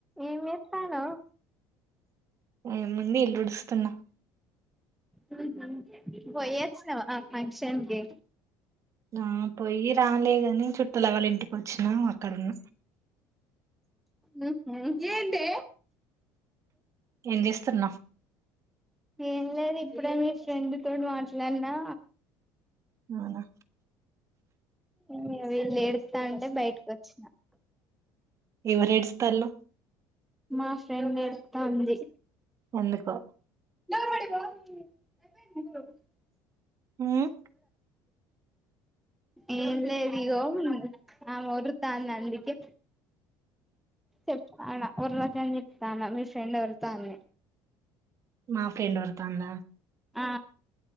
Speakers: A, in the centre; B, on the right.
A: ఏమెత్తనవ్
B: ఏముంని ఇల్లుడుస్తున్నా
A: ఉహు, పొయ్యచ్చిన్నవ ఆ ఫంక్షన్కి
B: ఆ పోయ్యి రాలే గని చుట్టూల వాళ్ళింటికి వచ్చ్నాం అక్కరున్న
A: హుహు, ఏంటే
B: ఏ జేస్తున్నా
A: ఏం లేదు ఇప్పురే మీ ఫ్రెండ్ తోడ్ మాట్లాన్నా
B: అవునా
A: ఇమ్మి వీళ్ళు ఏడుత్తాంటే బైటకికీ వచ్చినా
B: ఎవరేడుస్తల్లు
A: మా రెండ్ ఏడుత్తాంది.
B: ఎందుకో
A: డ
B: ఉమ్
A: ఏం లేదు ఇగోమ్, ఆమె వదురుత్తాన్ అందుకే, చెప్పాన ఊర్లో చదివిత్తానవ్ మీ ఫ్రెండ్ ఎవరుతో అని
B: మా ఫ్రెండ్ ఒత్తాంద
A: ఆ